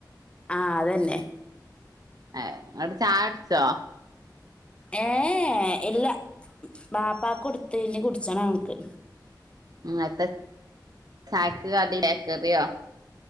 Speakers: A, on the left (about 15°); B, on the right (about 55°).
A: ആ അതെന്നെ
B: ഏ ഇങ്ങാൾ ചായൊട്ച്ചോ
A: ഏ എ ഇല്ല ബാപ്പാക്ക് കൊട്ത്ത് ഇഞ് കുട്ച്ചണം ഞങ്ങക്ക്
B: ഇന്നട്ട് ചായക്ക് കടി ബേക്കറിയോ